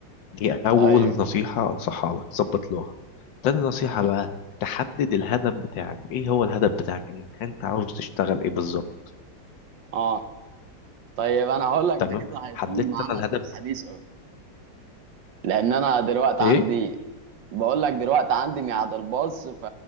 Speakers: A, on the left; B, on the right.
A: دي اول
B: ايوه
A: نصيحه انصحها لك ظبط لغه تاني نصيحه بقى تحدد الهدف بتاعك ايه هو الهدف بتاعك انك انت عاوز تشتغل ايه بالظبط
B: اه طيب انا هقول لك
A: تمام
B: ده كده هيطول
A: حددت
B: معانا
A: انا الهدف
B: الحديث قوي لان انا دلوقتي
A: ايه
B: عندي بقول لك دلوقتي عندي ميعاد الباص ف...